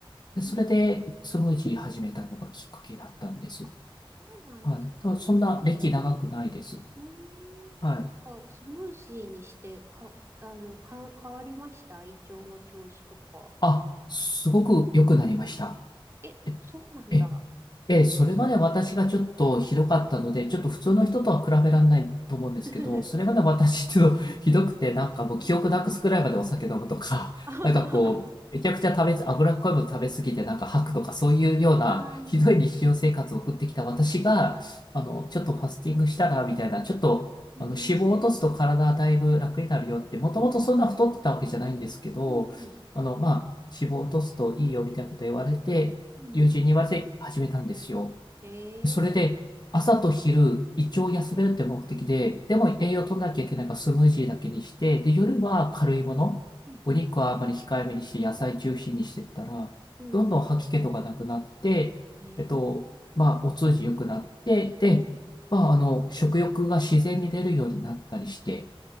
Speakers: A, on the left (about 50°); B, on the right (about 30°).
A: で、
B: うん。
A: それでスムージー始めたのがきっかけだったんです。
B: あ、そうなんですね。
A: はい。ただそんな歴長くないです。
B: うーん、
A: はい。
B: なんかスムージーにしてか、あの、か、変わりました胃腸の調子とか。
A: あ、すごく良くなりました。
B: え、
A: え、
B: そうなんだ。
A: え、ええ、
B: いいですね。
A: それまで私がちょっとひどかったので、ちょっと普通の人とは比べられないと思うんですけど、
B: うん。<laughs>
A: それまで私っていうの <laughs> ひどくて、なんかもう記憶なくすくらいまでお酒飲むとか、
B: えあはは
A: <laughs> なんかこう、めちゃくちゃ食べ、脂っこいもの食べ過ぎてなんか吐くとか、そういうようなひどい日常生活を送ってきた私が、
B: あー。
A: あの、ちょっとファスティングしたら、みたいな、ちょっと、
B: うん、
A: あの、脂肪を落とすと体だいぶ楽になるよって、
B: うん、
A: もともとそんな太ってたわけじゃないんですけど、
B: うん、うん、
A: あの、まあ、脂肪を落とすといいよみたいなこと言われて、
B: うん。
A: 友人に言われて始めたんですよ。
B: え
A: それで、
B: ー
A: 朝と昼、胃腸を休めるって目的で、でも栄養取らなきゃいけないからスムージーだけにして、で、夜は軽いもの、
B: うん、
A: お肉はあんまり控えめにして、野菜中心にしてったら、
B: うん、
A: どんどん吐き気とかなくなって、
B: ええー
A: えっと、まあ、お通じ良くなって、で、
B: うん。
A: まあ、あの、食欲が自然に出るようになったりして、